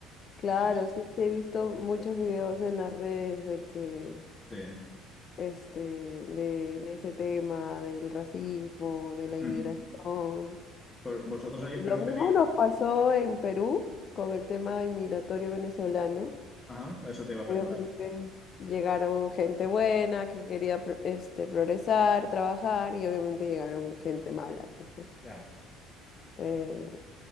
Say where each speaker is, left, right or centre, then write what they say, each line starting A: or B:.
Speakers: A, on the left (about 45°); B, on the left (about 20°).
A: Claro,
B: Sí.
A: sí, sí he visto muchos videos en las redes de que,
B: Sí,
A: este, de, de ese tema, del racismo, de la inmigración.
B: Ujú. Por- Vosotros ahí en
A: Lo
B: Perú
A: mismo
B: tenéis...
A: nos pasó en Perú con el tema inmigratorio venezolano.
B: Ajá, eso te iba a preguntar.
A: Obviamente llegaron gente buena que quería pro- este, progresar, trabajar y obviamente llegaron gente mala, pues, ¿no?
B: Ya,
A: Eh,